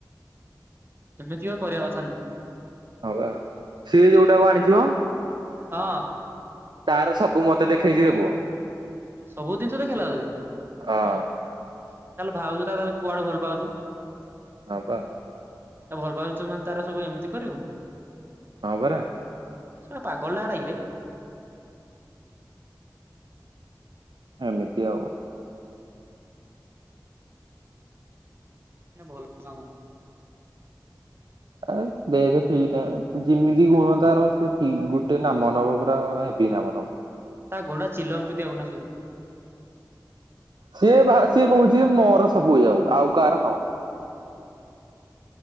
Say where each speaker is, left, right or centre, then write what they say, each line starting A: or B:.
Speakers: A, on the right; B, on the right.
A: ଏମିତି ଓ କରିବା କଥା ନୁହଁ।
B: ହବା ସିଏ ଯୋଉଟାକୁ ଆଣିଚି ମ।
A: ହଁ।
B: ତାର ସବୁ ମତେ ଦେଖେଇଛିରେ ପୁଅ।
A: ସବୁ ଜିନିଷ ଦେଖେଇଲା ତୋତେ
B: ହଁ
A: ତାହେଲେ ଭାଉଜ୍ ତାହେଲେ କୁଆଡେ ଭଲ ପାଉଛୁ।
B: ହଁ ପା।
A: ତା ଭଲପାଉଛୁ ତୁ ତାର ସବୁ ଏମିତି କରିବୁ।
B: ହଁ ପରା।
A: ସଳା ପାଗଳଟା ହେଟା କିରେ।
B: ଏମିତି ଆଉ।
A: ଏ ଭଲ କାମ
B: ଆ ଦେଖ ଠିକ ଟାଇମରେ ଯେମିତି ଗୁଣ ତାର ସେ ଠିକ ଗୋଟେ ନାମ ନବ ପୁରା ହେବ। କି ନାମ ନବ?
A: ତା ଗୋଡ଼ ଚିଲମଚୁତିଆ ଘନାଶୁତ
B: ସିଏ ବା ସିଏ କହୁଚି ମୋର ସବୁ ଯାଉ ଆଉ କାହାର ନହଉ